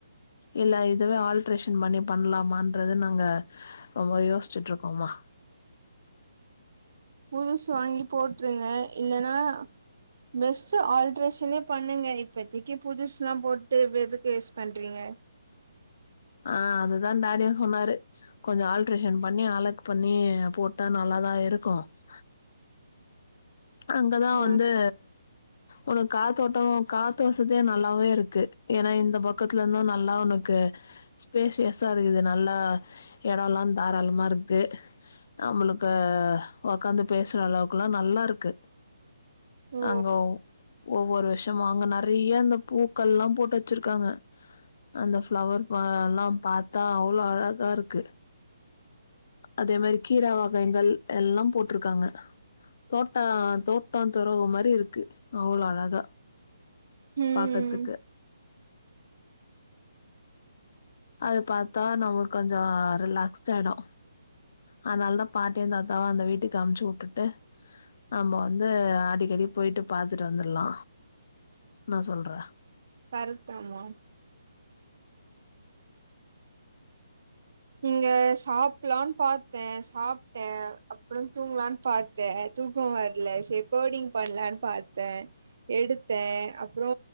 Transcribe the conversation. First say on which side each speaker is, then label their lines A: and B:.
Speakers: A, on the left (about 45°); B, on the right (about 55°).
A: இல்ல இதுவே ஆல்ட்ரேஷன் பண்ணி பண்லாமான்றது நாங்க ரொம்ப யோசிச்சுட்ருக்கோமா
B: புதுசு வாங்கி போட்ருங்க இல்லன்னா பெஸ்ட்டு ஆல்ட்ரேஷனே பண்ணுங்க இப்பதிக்கி புதுசுலா போட்டு ப எதுக்கு வேஸ் பண்றீங்க
A: ஆ அதுதா டேடியு சொன்னாரு கொஞ்ச ஆல்ட்ரேஷன் பண்ணி அழக் பண்ணி போட்டா நல்லாதா இருக்கு ஆ அங்கதா
B: ம்
A: வந்து உனக்கு காத்தோட்டோ காத்து வசதியு நல்லாவே இருக்கு ஏன்னா இந்த பக்கத்துல இருந்தூ நல்லா உனக் கு ஸ்பேசியஸா இருக்குது நல்லா எடோல்லா தாராளமா இருக்கு நம்முளுக்கு ஒக்காந்து பேசுற அளவுக்குல்லா நல்லா இருக்கு
B: ஓ
A: அங்க ஒவ்வொரு வருஷம அங்க நறைய இந்த பூக்கல்லா போட்டு வெச்சிருக்காங்க அந்த ஃப்ளவர் ப எல்லா பாத்தா அவ்ளோ அழகா இருக்கு
B: உஹ <inaudible>
A: அதே மாரி கீர வகைகள் எல்லா போட்ருக்காங்க டா தோட்டோ துறவு மாரி இருக்கு அவ்ளோ அழகா
B: ம்
A: பாக்கத்துக்கு அது பாத்தா நம்மளுக்கு கொஞ்சோ ரிலாக்ஸ்டா ஆயிடு அதனால தா பாட்டியு தாத்தாவு அந்த வீட்டுக்கு அமுச்சு உட்டுட்டு நம்போ வந்து அடிக்கடி போயிட்டு பாத்துட்டு வந்துர்லா னா சொல்றே
B: கரெக்ட் தா மா இங்க சாப்புல்லான்னு பாத்தே சாப்ட்டே அப்புறோ தூங்குலான் பாத்தே தூக்கோ வர்ல செரி கோடிங் பண்லான் பாத்தே எடுத்தே அப்புறோ